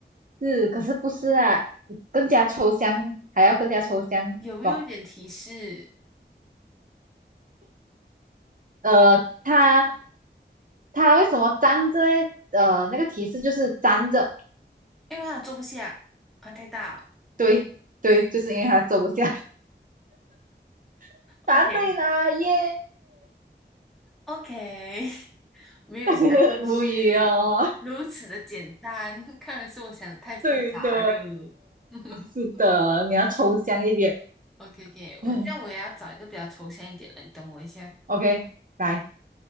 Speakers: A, on the right (about 45°); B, in the centre.
A: 是，可是不是啊？更加抽象，还要更加抽象搞。
B: 有没有一点提示？
A: 呃，他他为什么粘着嘞？呃，那个提示就是粘着，
B: 因为他坐不下，他太大。
A: 对对，就是因为他走不下。<laughs> 答对啦，
B: OK
A: 耶！
B: OK，<laughs> 没有想到是如此的简单，
A: <laughs> 无语哦，
B: 看来是我想的太复杂了。
A: 对的，
B: <laughs>
A: 是的，你要抽象一点。
B: OK OK，
A: 嗯
B: 我这样我也要找一个比较抽象一点的，你等我一下。
A: ，OK，来。